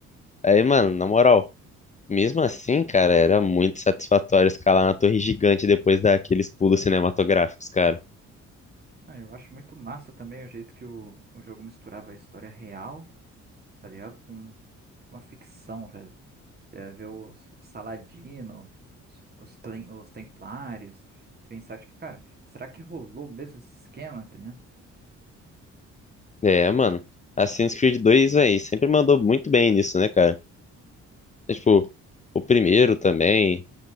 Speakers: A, on the left; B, on the right.
A: Aí, mano, na moral, mesmo assim, cara, era muito satisfatório escalar na torre gigante depois daqueles pulos cinematográficos, cara.
B: Ah, eu acho muito massa também o jeito que o, o jogo misturava a história real, tá ligado? Com tipo, uma ficção, velho. É, ver os Saladino, os, os, tlen- os Templários, pensar, tipo, cara, será que rolou mesmo esse esquema, tá ligado?
A: É, mano. Assassin's Creed 2, velho, sempre mandou muito bem nisso, né, cara? É, tipo, o primeiro também.